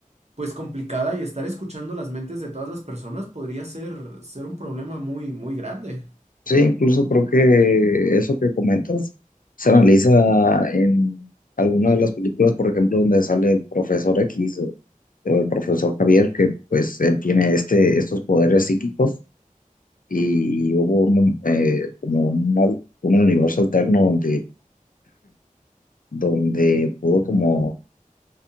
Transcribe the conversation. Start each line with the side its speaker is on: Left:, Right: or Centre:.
Right: pues complicada y estar escuchando las mentes de todas las personas podría ser, ser un problema muy, muy grande.
Left: Sí, incluso creo que eso que comentas se analiza en alguna de las películas, por ejemplo, donde sale el profesor X o, o el profesor Javier, que pues él tiene este, estos poderes psíquicos y hubo un mom- eh, como una- un universo alterno donde, donde pudo como,